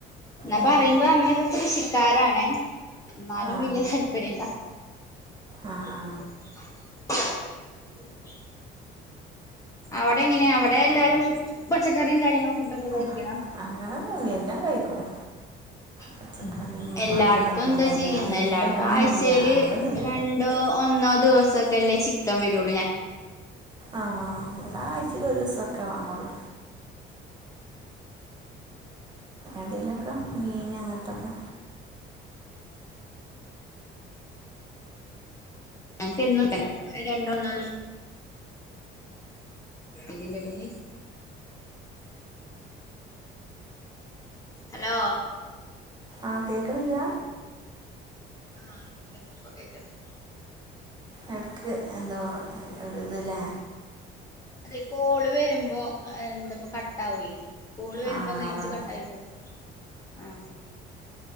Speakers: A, on the left; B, on the right.
A: എന്നാ
B: ഏ
A: പറയുമ്പോ അമ്മൊക്കെ കൃഷിക്കാരാണേ എന്നാലും
B: ആ
A: വല്യ താല്പര്യല്ല
B: ആ
A: <unintelligible>
B: ആ
A: അവിടെ എങ്ങനെയാ അവിടെ എല്ലാരും പച്ചക്കറിയും കാര്യങ്ങളും ഫുഡൊക്കെ
B: ആ
A: കഴിക്കോ
B: അങ്ങനൊന്നുവില്ല എല്ലാം കഴിക്കും.
A: ഉം
B: പച്ചക്കറിയും
A: ഉം, എല്ലായിടത്തും
B: വേണമെന്ന് നിർബന്ധമില്ല
A: എന്താ ചെയ്യാന്ന്
B: മീൻ
A: എല്ലാടത്തും
B: വേണമെന്നില്ല
A: ആഴ്ചയില്
B: അങ്ങനൊന്നുമില്ല
A: രണ്ടോ ഒന്നോ ദിവസൊക്കെല്ലേ ചിക്കൻ വരുള്ളൂ ഞാൻ
B: ആ, ഇവിടെ ആഴ്‌ചെല് ഒരു ദിവസം ഒക്കെ വാങ്ങള്ളൂ
A: <unintelligible>
B: എന്തെങ്കിലുമൊക മീന് അങ്ങനത്തൊക്കെ
A: എനക്ക് എന്നും ഇല്ല ഒരു രണ്ടൊ നാലോ ദിവസം ഇതിന്റെടേല് ഹലോ
B: ആ കേൾക്കുന്നില്ല്യാ
A: ആ കേക്കണ്ട്, ഇപ്പോ കേക്കണ്ട്
B: എടക്ക് എന്തോ ഒരു ഇതല്ലേ,
A: അതെ കോള് വരുമ്പോ എന്താപ്പ കട്ടാവുവെ കോള് വരുമ്പോ
B: ആ
A: റേഞ്ച്
B: അതാണ്
A: കട്ടായി പോവും. ആ